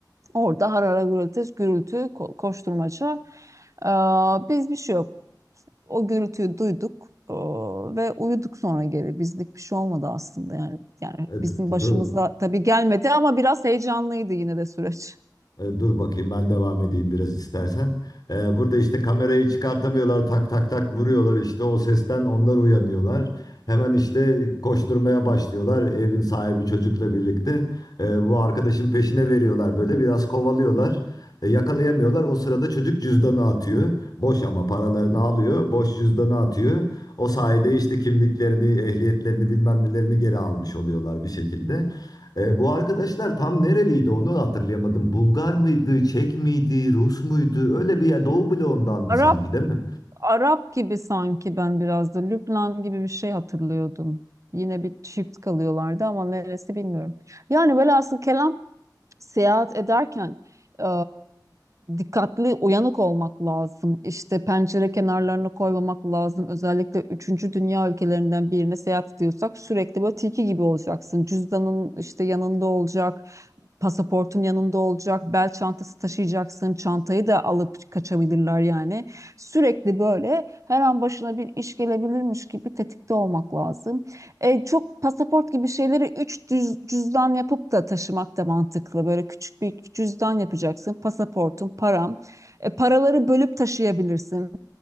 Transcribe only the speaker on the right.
Orada harara gürültü, gürültü, ko- koşturmaca. Aa, biz bir şey yok. O gürültüyü duyduk e, ve uyuduk sonra geri. Bizlik bir şey olmadı aslında yani. Yani
bizim
başımıza
tabii gelmedi ama biraz heyecanlıydı yine de süreç.
Arap
Arap gibi sanki ben biraz da Lübnan gibi bir şey hatırlıyordum. Yine bir çift kalıyorlardı ama neresi bilmiyorum. Yani velhasıl kelam seyahat ederken e, dikkatli, uyanık olmak lazım. İşte pencere kenarlarına koymamak lazım. Özellikle üçüncü dünya ülkelerinden birine seyahat ediyorsak sürekli böyle tilki gibi olacaksın. Cüzdanın işte yanında olacak. Pasaportun yanında olacak, bel çantası taşıyacaksın, çantayı da alıp kaçabilirler yani. Sürekli böyle her an başına bir iş gelebilirmiş gibi tetikte olmak lazım. E, çok pasaport gibi şeyleri 3 cüzdan yapıp da taşımak da mantıklı. Böyle küçük bir cüzdan yapacaksın. Pasaportun, param. E, paraları bölüp taşıyabilirsin